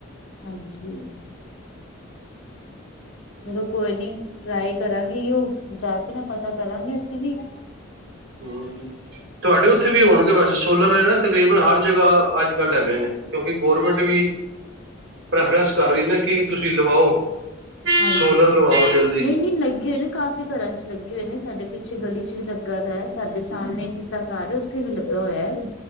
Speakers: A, on the left (about 65°); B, on the right (about 60°).
A: ਹਾਂਜੀ। ਚਲੋ ਕੋਈ ਨੀ ਟਰਾਈ ਕਰਾਂਗੇ ਉਹ ਜਾ ਕੇ ਨਾ ਪਤਾ ਕਰਾਂਗੇ ਅਸੀਂ ਵੀ,
B: ਹਮ ਤੁਹਾਡੇ ਉੱਥੇ ਵੀ ਹੋਣਗੇ ਵੈਸੇ, ਸੋਲਰ ਹਨਾ ਤਕਰੀਬਨ ਹਰ ਜਗ੍ਹਾ ਅੱਜ ਕੱਲ੍ਹ ਹੈਗੇਏ ਨੇ ਕਿਉਂਕਿ ਗੌਰਮੈਂਟ ਵੀ, ਪ੍ਰੈਫਰੈਂਸ ਕਰ ਰਹੀ ਨਾ ਕਿ ਤੁਸੀਂ ਲਵਾਓ।
A: ਹਾਂਜੀ
B: ਸੋਲਰ ਲਵਾਓ ਜਲਦੀ
A: ਨਹੀਂ, ਨਹੀਂ ਲੱਗੇ ਹੋਏ ਨੇ ਕੱਚ। ਘਰਾਂ ਚ ਲੱਗੇ ਹੋਏ ਨੇ ਸਾਡੇ ਪਿੱਛੇ ਗਲੀ ਚ ਵੀ ਲੱਗਾ ਦਾ ਸਾਡੇ ਸਾਹਮਣੇ ਕਿਸੇ ਦਾ ਘਰ ਹੈ ਉੱਥੇ ਵੀ ਲੱਗਾ ਹੋਇਆ ਹੈ।